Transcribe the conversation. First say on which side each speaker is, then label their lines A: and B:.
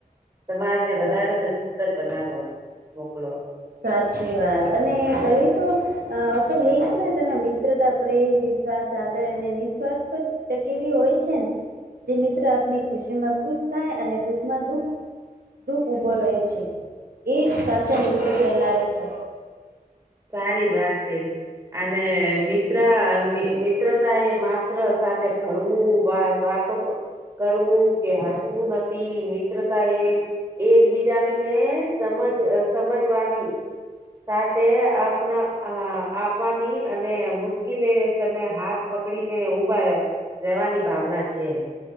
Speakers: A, on the right (about 30°); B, on the right (about 80°).
A: સમાજને વધારે ને સુંદર બનાવો મોકલો.
B: સાચી વાત અને તમે તો તો હઈશ ને તેના મિત્રતા પ્રેમ વિ વિશ્વાસ આને નિઃસ્વાથ ટકેલી હોય છે જે મિત્ર આપની ખુશી માં ખુશ થાય અને દુઃખ માં દુઃખ દુઃખ ઊભો રહેે છે એ જ સાચા મિત્રો કહેલાવે છે.
A: સારી વાત કઈ અને મિત્ર મિત્રતા એ મા. સાથે ફરવું વાતો કરવું કે. શું નથી મિત્રતા એ. એકબીજાની ને સમજ સમજવાની સાથે. આપના આપવાની અને. મુશ્કેલી સમમે હાથ પકડી ને ઉભા રેવાની ભાવના છે.